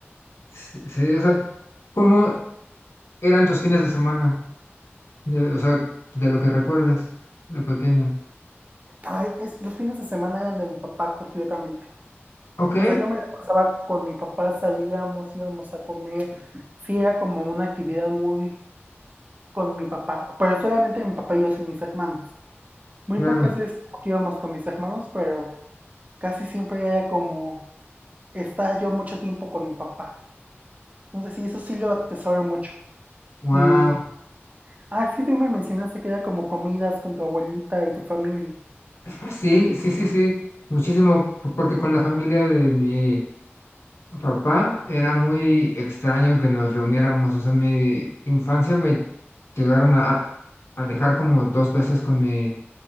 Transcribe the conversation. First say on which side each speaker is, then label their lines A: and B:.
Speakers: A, on the left; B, on the right.
A: sí, sí, o sea, ¿cómo eran tus fines de semana? De, o sea, de lo que recuerdes de pequeño.
B: Ay, es, los fines de semana eran de mi papá completamente.
A: Ok,
B: O sea, yo me la pasaba con mi papá, salíamos, íbamos a comer. Sí, era como una actividad muy con mi papá, pero solamente mi papá y yo sin mis hermanos. Muy
A: claro.
B: pocas veces íbamos con mis hermanos, pero casi siempre era como estar yo mucho tiempo con mi papá. Entonces sí, eso sí lo atesoro mucho.
A: Wow.
B: Y así tú me mencionaste que era como comidas con tu abuelita y tu familia.
A: <laughs> Sí, sí, sí, sí. Muchísimo, p- porque con la familia de mi papá era muy extraño que nos reuniéramos. O sea, mi infancia me llegaron a, a dejar como dos veces con mi